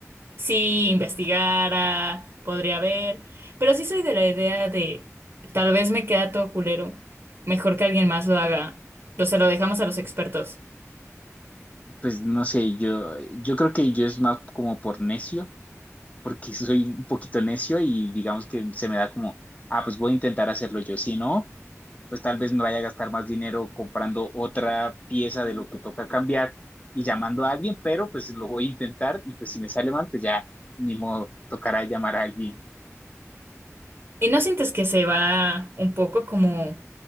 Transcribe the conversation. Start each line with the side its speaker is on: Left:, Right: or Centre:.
Right: si investigara, podría ver, pero sí soy de la idea de tal vez me queda todo culero, mejor que alguien más lo haga, o se lo dejamos a los expertos.
Left: Pues no sé, yo, yo creo que yo es más como por necio, porque <laughs> soy un poquito necio y digamos que se me da como, ah, pues voy a intentar hacerlo yo. Si no, pues tal vez me vaya a gastar más dinero comprando otra pieza de lo que toca cambiar y llamando a alguien, pero pues lo voy a intentar y pues si me sale mal, pues ya ni modo, tocará llamar a alguien.
Right: ¿Y no sientes que se va un poco como